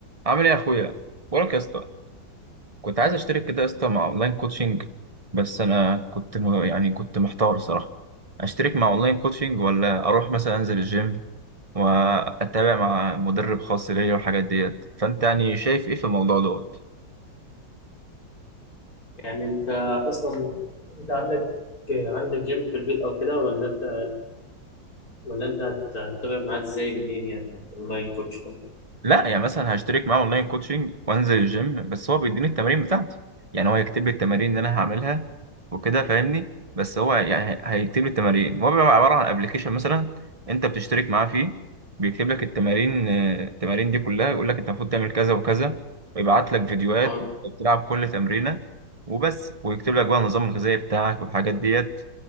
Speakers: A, on the right; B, on the left.
A: عامل ايه يا اخويا بقولك يا اسطى كنت عايز اشترك كده يا اسطى مع اونلاين كوتشنج بس انا كنت م... يعني كنت محتار الصراحه اشترك مع اونلاين كوتشنج ولا اروح مثلا انزل الجيم واتابع مع مدرب خاص ليا والحاجات ديت فانت يعني شايف ايه في الموضوع دوت
B: يعني انت اصلا انت عندك عندك جيم في البيت او كده ولا انت ولا انت هت- هتتابع معاه ازاي منين يعني اونلاين كوتش ده
A: لا يعني مثلا هشترك معاه اونلاين كوتشنج وانزل الجيم بس هو بيديني التمارين بتاعته يعني هو هيكتب لي التمارين اللي انا هعملها وكده فاهمني بس هو يعني هي- هيكتب لي التمارين هو بيبقى عباره عن ابلكيشن مثلا انت بتشترك معاه فيه بيكتب لك التمارين آه، التمارين دي كلها يقول لك انت المفروض تعمل كذا وكذا ويبعت لك فيديوهات
B: اه
A: بتلعب كل تمرينه وبس ويكتب لك بقى النظام الغذائي بتاعك والحاجات ديت